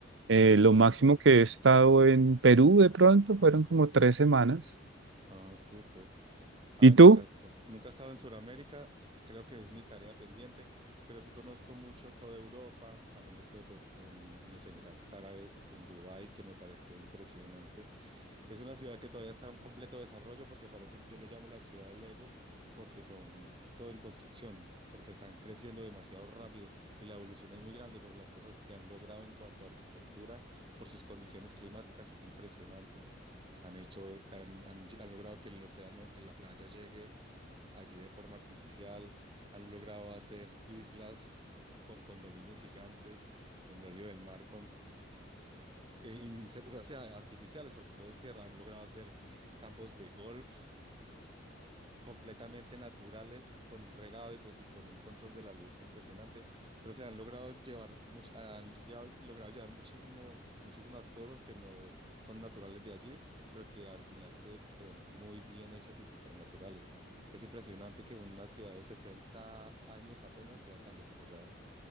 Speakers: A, on the right; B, on the right.
A: Eh,
B: sí.
A: lo máximo que he estado en Perú de pronto fueron como tres semanas.
B: Ah, súper. Ah,
A: ¿Y
B: nunca
A: tú?
B: está, nunca he estado en Sudamérica. Creo que es mi tarea pendiente, pero sí conozco mucho toda Europa. También estuve pues en, en los Emiratos Árabes, en Dubái, que me pareció impresionante Es una ciudad que todavía está en completo desarrollo porque parece, un- yo le llamo la ciudad del Lego porque son todo en construcción, porque están creciendo demasiado rápido y la evolución es muy grande, pero las cosas que han logrado en cuanto a arquitectura por sus condiciones climáticas es impresionante. Han hecho, han, han lle- han logrado que el océano, que la playa llegue allí de forma artificial, han logrado hacer islas con condominios gigantes en medio del mar eh, inser- o sea, artificiales, porque todo es tierra, han logrado hacer campos de golf completamente naturales, con un regado y pues y con un control de la luz impresionante, pero se han logrado llevar, much- han llevado- logrado llevar muchísimo, muchísimas cosas que no son naturales de allí, pero que al final se, se ven muy bien hechas y supernaturales. Es impresionante que una ciudad de 60 años apenas sea tan desarrollada.